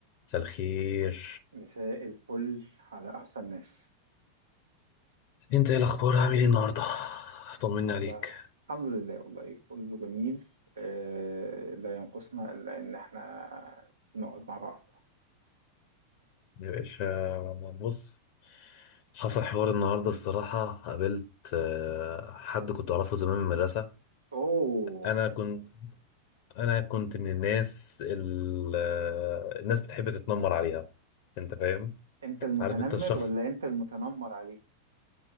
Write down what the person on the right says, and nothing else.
مساء الفل على أحسن ناس
والله
الحمد لله والله كله جميل آه لا ينقصنا إلا إن إحنا نقعد مع بعض
أوه
أنت المتنمر
ولا أنت المتنمر عليه؟